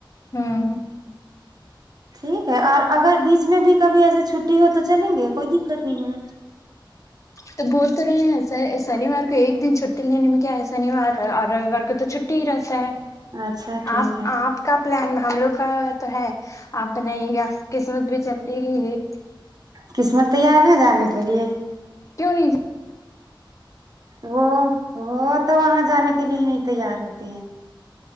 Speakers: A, on the left (about 40°); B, on the right (about 50°).
A: ہوں
B: ٹھیک ہے اور اگر بیچ میں بھی کبھی ایسے چھٹی ہو تو چلیں گے کوئی دقت نہیں ہے
A: تو بول تو رہے ہیں شنیوار کو ایک دن چھٹی لینے میں کیا ہے شنیوار اور رویوار کو تو چ ٹی ہی رہتا ہے
B: اچھا ٹھیک
A: آپ
B: ہے
A: آپ کا پلان ہم لوگ کا تو ہے آپ بنائیے گا قسمت بھی چلے گی یہ
B: قسمت تیار ہے جانے کے لیے
A: کیوں نہیںیے
B: وی وہ تو وہاں جانے کے لیے ہی نہیں تیار ہوتے ہیں